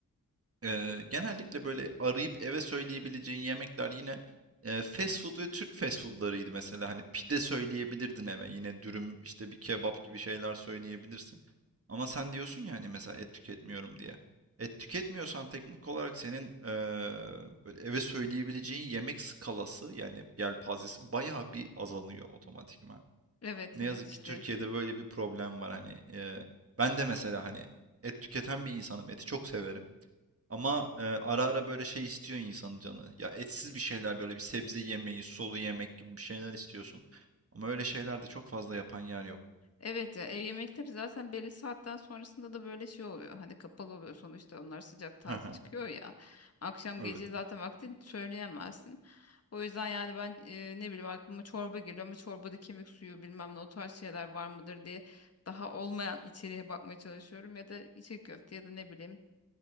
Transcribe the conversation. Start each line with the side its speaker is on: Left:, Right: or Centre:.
Right: Eee, genellikle böyle arayıp eve söyleyebileceğin yemekler yine, eee, fast food ve Türk fast food'larıydı mesela. Hani pide söyleyebilirdin eve. Yine dürüm, işte bir kebap gibi şeyler söyleyebilirsin. Ama sen diyorsun ya hani mesela et tüketmiyorum diye. Et tüketmiyorsan teknik olarak senin, eee, böyle eve söyleyebileceğin yemek skalası yani yelpazesi bayağı bir azalıyor otomatikman.
Left: Evet
Right: Ne
Left: evet
Right: yazık
Left: işte.
Right: ki Türkiye'de böyle bir problem var hani. Eee, ben de mesela hani et tüketen bir insanım. Eti çok severim. Ama e, ara ara böyle şey istiyor insanın canı. Ya etsiz bir şeyler böyle bir sebze yemeği, sulu yemek gibi bir şeyler istiyorsun. Ama öyle şeyler de çok fazla yapan yer yok.
Left: Evet ya ev yemekleri zaten belli saatten sonrasında da böyle şey oluyor. Hani kapalı oluyor sonuçta onlar sıcak taze
Right: <laughs> Haha,
Left: çıkıyor ya. Akşam
Right: Evet.
Left: gece zaten vakti söyleyemezsin. O yüzden yani ben e, ne bileyim aklıma çorba geliyor ama çorbada kemik suyu bilmem ne o tarz şeyler var mıdır diye daha olmayan içeriğe bakmaya çalışıyorum. Ya da içli köfte ya da ne bileyim